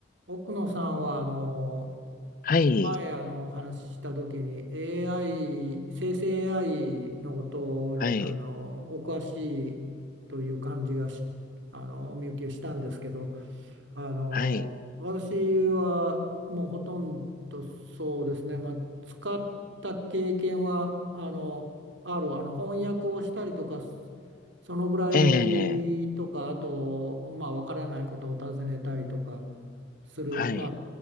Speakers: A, on the right (about 75°); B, on the left (about 45°).
A: 奥野さんはあの
B: はい、
A: 前あのお話しした時に AI 生成 AI のことにあのお詳しいという感じがしあのお見受けしたんですけど
B: はい、
A: あの私はもうほとんどそうですね、
B: はい、
A: まあ、使った経験はあのあるあの翻訳をしたりとかそのぐらいとかあとまあわからないことを尋ねたりとか
B: ええ、
A: する、
B: はい、
A: まあ、